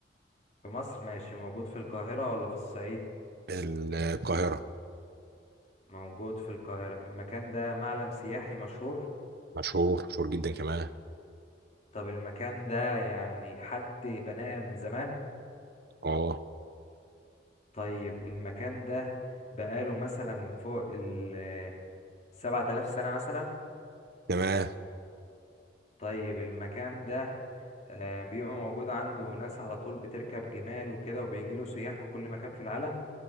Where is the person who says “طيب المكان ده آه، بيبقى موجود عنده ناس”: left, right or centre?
Left